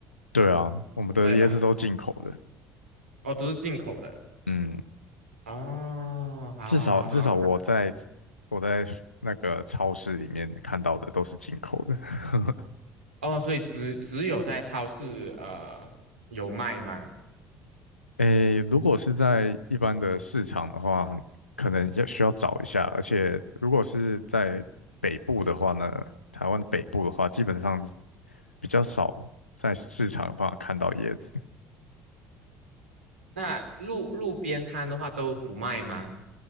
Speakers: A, on the left; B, on the right.
A: 对啊，我们的椰子都进口的，
B: 会吗？哦，都是进口的。
A: 嗯，
B: 哦，好好好，
A: 至少至少我在
B: 那
A: 我在那个超市里面看到的都是进口的。<laughs>
B: 哦，所以只只有在超市呃有卖吗？
A: 诶，如果是在一般的市场的话，很可能要需要找一下，而且如果是在北部的话呢，台湾北部的话，基本上比较少在市场有办法看到椰子。
B: 那路路边摊的话都不卖吗？